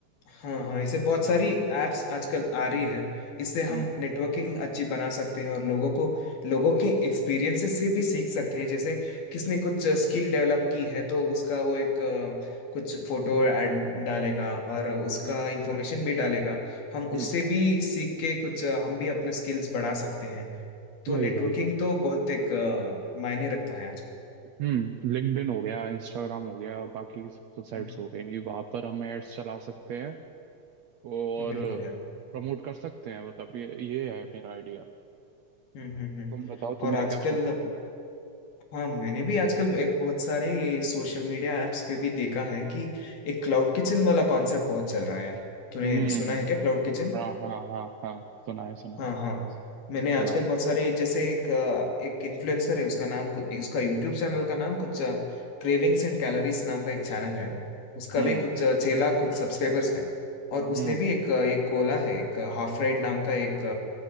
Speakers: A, on the left (about 85°); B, on the right (about 65°).
A: हाँ हाँ ऐसे बहुत सारी एप्स आजकल आ रही है इससे हम
B: हम्म
A: नेटवर्किंग अच्छी बना सकते हैं और लोगों को लोगों के एक्सपीरियंसेस से भी सीख सकते हैं जैसे किसने कुछ स्किल डेवलप की है तो उसका वो एक अ, कुछ फोटो ऐड डालेगा और उसका
B: हम्म
A: इंफॉर्मेशन भी डालेगा हम उससे
B: हम्म
A: भी सीख के कुछ अ, हम भी अपने स्किल्स बढ़ा सकते हैं तो
B: वही
A: नेटवर्किंग
B: वही वही
A: तो बहुत एक अ, मायने रखता है आजकल
B: हम्म लिंक्डइन हो गया इंस्टाग्राम हो गया बाकी साइट्स
A: हम्म,
B: हो गई वहां पर हम एड्स चला सकते हैं और
A: बिल्कुल यार
B: प्रमोट कर सकते हैं मतलब ये ये है मेरा आइडिया
A: हम्म हम्म हम्म
B: तुम बताओ तुमने
A: और आजकल
B: क्या सोच रखा है
A: हाँ मैंने भी आजकल एक बहुत सारे ये सोशल मीडिया एप्स पे भी देखा है कि एक क्लाउड किचन वाला कॉन्सेप्ट बहुत चल रहा है यार तूने
B: हम्म
A: सुना है क्या क्लाउड किचन
B: हाँ हाँ हाँ हाँ सुनाए सुनाए
A: हाँ हाँ मैंने आजकल
B: सुनाए
A: बहुत सारे जैसे एक अ, एक इन्फ्लुएंसर है उसका नाम कुछ उसका यूट्यूब चैनल का नाम कुछ क्रेविंग्स एंड कैलोरीज नाम का एक चैनल है उसका
B: हम्म
A: भी कुछ अ, छह लाख कुछ सब्सक्राइबर्स है और उसने
B: हम्म
A: भी एक अ, एक खोला है एक हाफ राइड नाम का एक